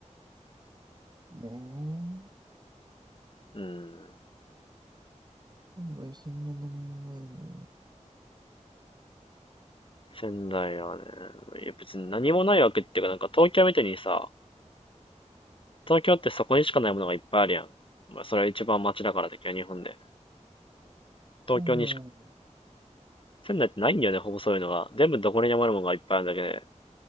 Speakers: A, on the right; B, on the left.
A: まあ、
B: うん。
A: 本来そんななんもないの。
B: 仙台はね、いや別に何もないわけっていうか、なんか東京みたいにさ、東京ってそこにしかないものがいっぱいあるやん。まあそれは一番街だからだけど、日本で。東京にしか、
A: うん。
B: 仙台ってないんだよね、ほぼそういうのが。全部どこにでもあるものがいっぱいあるんだけど、ね